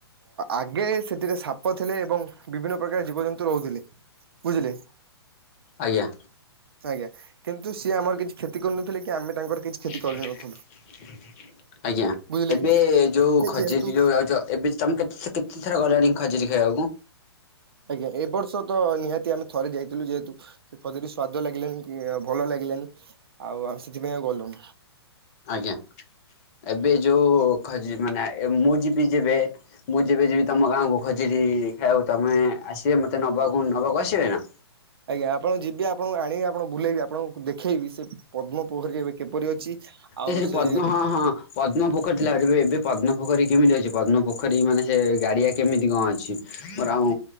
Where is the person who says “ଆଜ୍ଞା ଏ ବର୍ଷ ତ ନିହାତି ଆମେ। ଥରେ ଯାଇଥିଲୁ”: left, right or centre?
Right